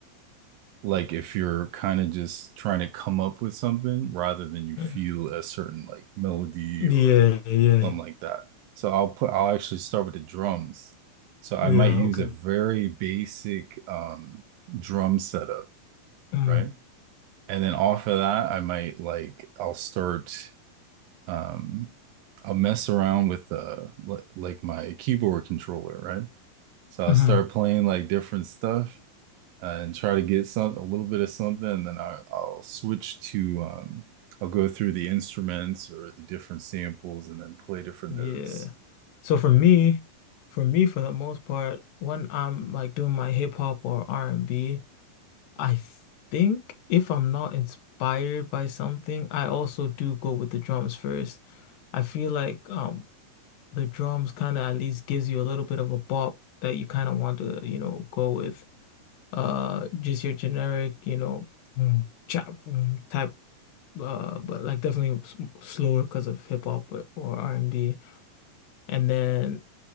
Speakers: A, on the right (about 80°); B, on the left (about 75°).
A: like if you're kind of just trying to come up with something rather than you feel
B: Mm.
A: a certain like melody
B: Yeah,
A: or
B: yeah,
A: something like that. So I'll put I'll actually start with the drums. So I
B: yeah,
A: might use
B: okay.
A: a very basic um drum setup,
B: Mm.
A: right? And then off of that, I might like I'll start um I'll mess around with uh like my keyboard controller, right? So
B: hmm
A: I'll start playing like different stuff uh, and try to get some a little bit of something, and then I, I'll switch to um I'll go through the instruments or the different samples and then play different
B: Yeah.
A: notes.
B: So for
A: and.
B: me, for me, for the most part, when I'm like doing my hip hop or r and B, I think if I'm not inspired by something, I also do go with the drums first. I feel like um the drums kind of at least gives you a little bit of a bop that you kind of want to, you know, go with. Uh, just your generic, you know, mm, chop mm, type. Uh, but like definitely s slower because of hip hop or R&B, and B, and then